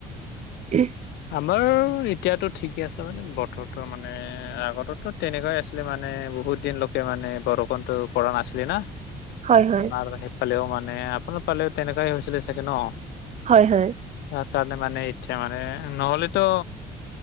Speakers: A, on the right (about 45°); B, on the left (about 85°).
A: উম।
B: আমাৰ এতিয়াতো ঠিকে আছে মানে বতৰটোৰ মানে আগততো তেনেকুৱাই আছে। মানে বহুত দিন লোকে মানে বৰষুণটো পৰা নাছিলে না?
A: হয় হয়
B: আমাৰ সেইফালেও মানে, আপোনাৰ ফালেও তেনেকুৱাই হৈছিলে চাগে ন?
A: হয় হয়।
B: তাৰ কাৰণে মানে এতিয়া মানে নহলেতো,